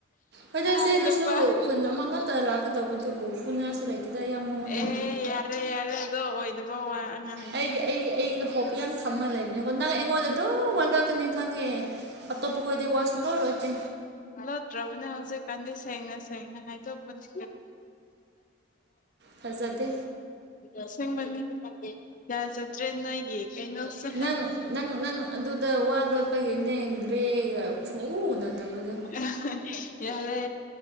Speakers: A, on the right (about 55°); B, on the left (about 40°).
A: ꯍꯣꯏꯗ
B: ꯑꯦ
A: ꯆꯦꯜꯂꯁꯨ
B: ꯅꯨꯄꯥ
A: ꯈꯨꯟ ꯑꯃ ꯉꯛꯇ ꯂꯥꯛꯀꯗꯧꯕꯗꯨꯕꯨ ꯐꯨꯅꯤꯡꯉꯥꯏꯁꯨ ꯂꯩꯇꯦꯗ ꯏꯌꯥꯝꯕ ꯃꯉꯣꯟꯗꯕꯨ
B: ꯑꯦ ꯌꯥ ꯌꯥꯔꯦ ꯌꯥꯔꯦ ꯑꯗꯣ ꯑꯣꯏꯗꯕ ꯋꯥ ꯑꯉꯥꯡꯅ
A: ꯑꯩ ꯑꯩ ꯑꯩ ꯍꯣꯞ ꯌꯥꯝ ꯊꯝꯃ ꯂꯩꯕꯅꯤꯀꯣ ꯅꯪ ꯑꯩꯉꯣꯟꯗ ꯑꯗꯨ ꯋꯥ ꯂꯣꯠꯀꯅꯤ ꯈꯪꯉꯦ ꯑꯇꯣꯞꯄ ꯈꯣꯏꯗꯤ ꯋꯥ ꯁꯨꯡꯂꯣꯠ ꯂꯣꯠꯇꯦ
B: ꯂꯣꯠꯗ꯭ꯔꯕꯅꯦ ꯍꯧꯖꯤꯛ ꯀꯥꯟꯗꯤ ꯁꯦꯡꯅ ꯁꯦꯡꯅ ꯍꯥꯏꯗꯣꯛꯄꯅꯦ
A: ꯐꯖꯗꯦ
B: ꯑꯁꯦꯡꯕꯅꯤ ꯌꯥꯖꯇ꯭ꯔꯦ ꯅꯣꯏꯒꯤ ꯀꯩꯩꯅꯣꯁꯨ
A: ꯅꯪ ꯅꯪ ꯅꯪ ꯑꯗꯨꯗ ꯋꯥ ꯂꯣꯠꯄꯒꯤꯅꯦ ꯒ꯭ꯔꯦꯒ ꯁꯨꯡꯎ ꯎꯅꯗꯕꯗꯣ
B: ꯑ ꯍꯥ ꯌꯥꯔꯦ